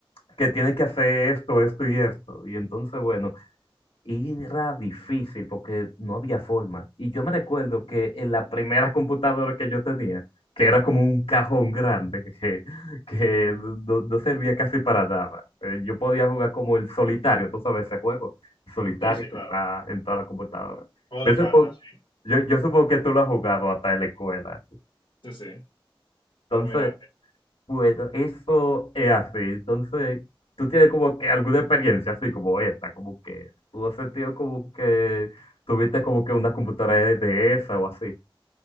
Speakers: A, on the left; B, on the left.
A: que tiene que hacer esto, esto y esto. Y entonces, bueno. Y era difícil porque no había forma. Y yo me recuerdo que en la primera <laughs> computadora que yo tenía, que era como un cajón grande, que, que no, no servía casi para nada, eh, yo podía jugar como el solitario, tú sabes ese juego, el solitario
B: Sí, sí,
A: que
B: claro.
A: está en toda la computadora.
B: O
A: Yo
B: de
A: supongo,
B: cartas, sí,
A: yo, yo supongo que tú lo has jugado hasta en la escuela.
B: sí. sí. Pero
A: Entonces,
B: mira,
A: bueno, eso es así. Entonces, tú tienes como que alguna experiencia así como esta, como que tú has sentido como que tuviste como que una computadora de de esa o así.